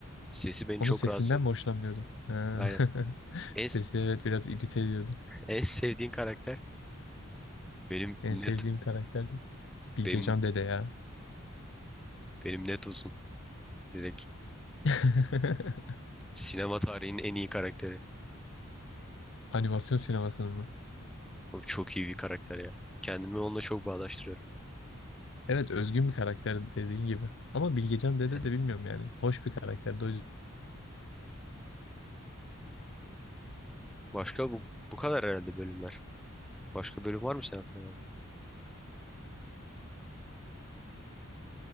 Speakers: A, in the centre; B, on the left.
A: Sesi beni
B: Onun
A: çok
B: sesinden
A: rahatsız ediyor.
B: mi hoşlanmıyordun? Ha.
A: Aynen.
B: <laughs>
A: En,
B: Sesi evet biraz irite ediyordu.
A: en sevdiğin karakter benim
B: En
A: net
B: sevdiğim karakter Bilgecan
A: benim
B: Dede ya.
A: benim net uzun Direkt
B: <laughs>
A: sinema tarihinin en iyi karakteri.
B: Animasyon sinemasının mı?
A: Bu çok iyi bir karakter ya. Kendimi onunla çok bağdaştırıyorum.
B: Evet özgün bir karakter dediğin gibi. Ama Bilgecan Dede
A: Aynen.
B: de bilmiyorum yani. Hoş bir karakterdi. O yüzden
A: Başka bu bu kadar herhalde bölümler. Başka bölüm var mı sen aklına? gelen?